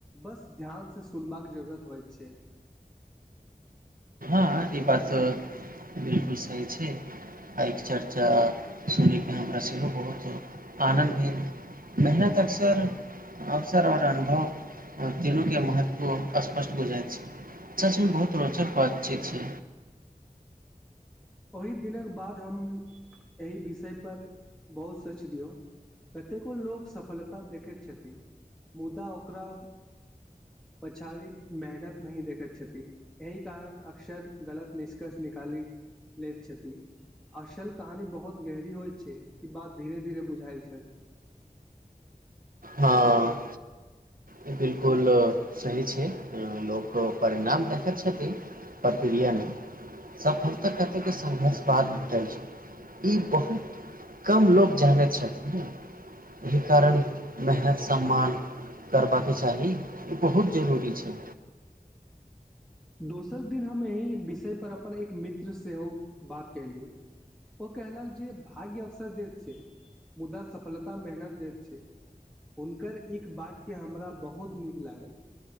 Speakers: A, in the centre; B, on the right.
A: बस ध्यान से सुनबाक जरूरत होइत छै
B: हँ ई बात बिलकुल सही छै आ चर्चा सुनैके हमरा सेहो बहुत आनन्द भेल मेहनत अवसर अवसर आओर अनुभव तीनूके महत्व स्पष्ट बुझाइत छै सचमे बहुत रोचक बात ठीक छै
A: ओहि दिनक बाद हम एहि विषय पर बहुत सोच लियौ कतेको लोक सफलता देखैत छथिन मुदा ओकरा पछाड़िक मेहनत नहि देखैत छथि एहि कारण अक्सर गलत निष्कर्ष निकाली लैत छथि असल कहानी बहुत गहरी होइत छै ई बात धीरे धीरे बुझायल छल
B: हँ ई बिलकुल सही छै लोक परिणाम देखैत छथिन प्रक्रिया नहि सफलता कतेके संघर्ष बाद भेटल छै ई बहुत कम लोक जानैत छथिन ने एहि कारण मेहनत सम्मान करबाके चाही ई बहुत जरूरी छै
A: दोसर दिन हम एहि विषयपर अपन एक मित्र सेहो बात केलियौ ओ कहलक जे भाग्य अवसर दैत छै मुदा सफलता मेहनत दैत छै हुनकर एक वाक्य हमरा बहुत नीक लागल